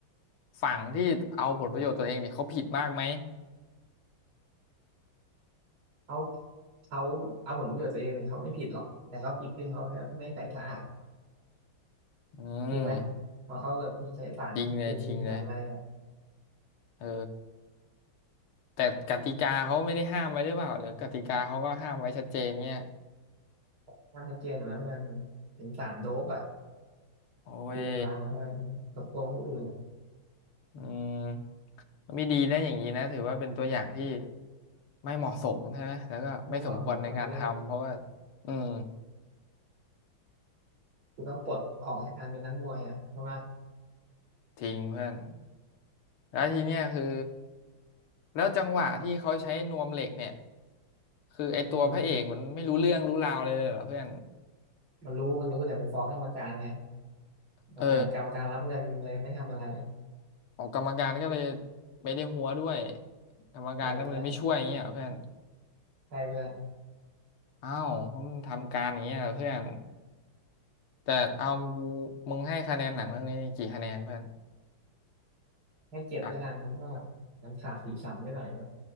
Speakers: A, on the left (about 80°); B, on the right (about 75°).
A: ฝั่งที่เอาผลประโยชน์ตัวเองเนี่ยเขาผิดมากไหม
B: เขาเขาเอาผลประโยชน์ตัวเองเนี่ยเขาไม่ผิดหรอกแต่เขาผิดที่เขาไม่ใส่สะอาด
A: อืม
B: จริงไหมเพราะเขาแบบมีใช้สารเคมีสารอะไรอ่ะ
A: จริงเลยจริงเลยเออแต่กติกาเขาไม่ได้ห้ามไว้หรือเปล่าหรือกติกาเขาก็ห้ามไว้ชัดเจนเนี่ย
B: มันชัดเจนอยู่แล้วเพื่อนมันเป็นสารโดปอ่ะ
A: โอ้ย
B: ชูกำลังนะเพื่อนกดโกงผู้อื่นอ่ะ
A: อืมไม่ดีนะอย่างนี้นะถือว่าเป็นตัวอย่างที่ไม่เหมาะสมใช่ไหมแล้วก็ไม่สมควรในการทำเพราะว่า
B: ไม่เหมาะสมหรอกเขาเรียกว่า
A: อืม
B: คือต้องปลดออกจากการเป็นนักมวยอ่ะใช่ไหม
A: จริงเพื่อน แล้วทีเนี้ยคือแล้วจังหวะที่เขาใช้นวมเหล็กเนี่ยคือไอตัวพระเอกมันไม่รู้เรื่องรู้ราวเลยเลยเหรอเพื่อน
B: อืม มันรู้มันรู้แต่มันฟ้องกรรมการไงบอกแต่กรรมการรับเงินเลยไม่ทำอะไร
A: เออขอกกรรมการก็เลยไม่ได้หัวด้วยกรรมการก็เลยไม่ช่วยอย่างเงี้ยเหรอเพื่อน
B: ใช่ใช่ใช่เพื่อน
A: อ้าวมึงทำการอย่างเงี้ยเหรอเพื่อนแต่เอากูมึงให้คะแนนหนังเรื่องนี้กี่คะแนนเพื่อน
B: ให้เจ็ดแล้วกันเพราะว่า
A: จาก
B: มันขาดสีสันไปหน่อยแบบ